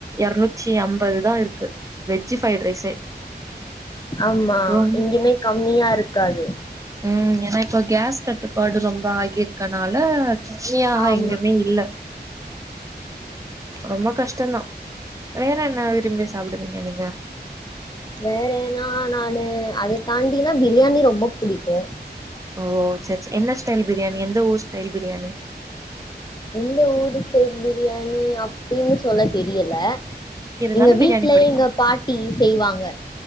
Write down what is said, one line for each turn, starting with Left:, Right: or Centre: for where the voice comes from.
Right: இரநூற்றி அம்பதுதா இருக்கு வெஜ் ஃபிரைட் ரைஸே
Left: ஆமா
Right: ரொம்ப
Left: எங்கயுமே கம்மியா க்காது
Right: ம் ஏனா இப்ப கேஸ் கட்டுப்பாடு ரொம்ப ஆகிருக்கனால <unintelligible>
Left: ஆமா.
Right: எங்குமே இல்ல ரொம்ப கஷ்டந்தா வேற என்ன விரும்பி சாப்டுவீங்க நீங்க
Left: வேறன்னா நானு அத தாண் ப்படின்னா பிரியாணி ரொம்ப புடிக்கூ
Right: ஓ செரி செரி என்ன ஸ்டைல் பிரியாணி எந்த ஊர் ஸ்டைல் பிரியாணி
Left: எந்த ஊரு ஸ்டைல் பிரியாணி அப்டின் சொல்ல தெரியல
Right: இருந்தாலு
Left: எங்க வீட்லயே
Right: பிரியாணி பிடிக்கு
Left: எங்க பாட்டி செய்வாங்க